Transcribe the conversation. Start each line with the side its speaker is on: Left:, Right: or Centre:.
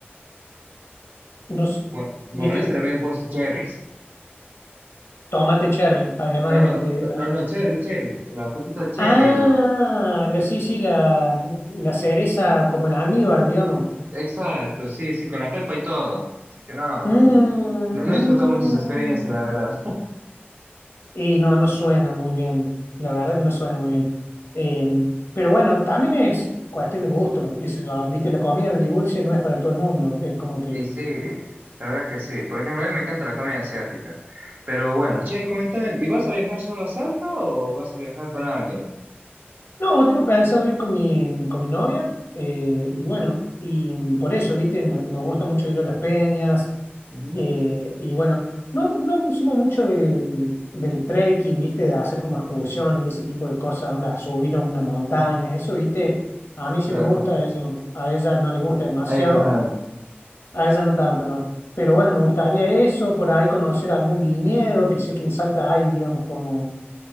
Left: Nos,
Right: Bu- Bueno,
Left: viste,
Right: a esta le habían puesto cherries.
Left: tomate cherry, además
Right: No,
Left: de
Right: no,
Left: lo que te.
Right: no,
Left: Ah,
Right: no, no, cherry, cherry. La frutita del cherry,
Left: ah,
Right: lo...
Left: la, sí, sí, la, la cereza como en almíbar, digamos.
Right: Exacto, sí, sí, con la pepa y todo. Así que no,
Left: Mm,
Right: no, no
Left: mm.
Right: he disfrutado mucho esa experiencia, la verdad.
Left: Y no, no suena muy bien. La verdad que no suena muy bien. Eh, pero bueno, también es cuestión de gusto. qué sé yo, ah, Viste, la comida de dulce no es para todo el mundo. Es como que.
Right: Y sí, la verdad que sí. Por ejemplo, a mí me encanta la comida asiática. Pero bueno, che, comentame, ¿y vas a viajar solo a Salta o vas a viajar con alguien?
Left: No, tengo pensado ir con mi, con mi novia. eh, y bueno, y por eso, viste, no- nos gusta mucho ir a las peñas.
Right: Ujú,
Left: eh, y bueno, no, no somos mucho del, del trekking, viste, de hacer como excursión y ese tipo de cosas, onda, subir a una montaña. Eso, viste, a mí sí
Right: claro,
Left: me gusta, a ella, a ella no le gusta demasiado.
Right: ahí no tanto.
Left: A ella no tanto, ¿no? Pero bueno, me gustaría eso, por ahí conocer algún viñedo, que sé que en Salta hay, digamos, como,